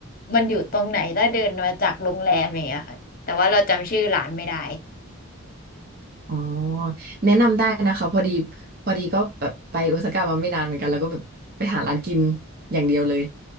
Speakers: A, on the left; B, on the right.
A: มันอยู่ตรงไหนถ้าเดินมาจากโรงแรมอย่างเงี้ยค่ะแต่ว่าเราจำชื่อร้านไม่ได้
B: อ๋อแนะนำได้นะคะพอดีพอดีก็แบบไปโอซาก้ามาไม่นานเหมือนกันแล้วก็แบบไปหาร้านกินอย่างเดียวเลย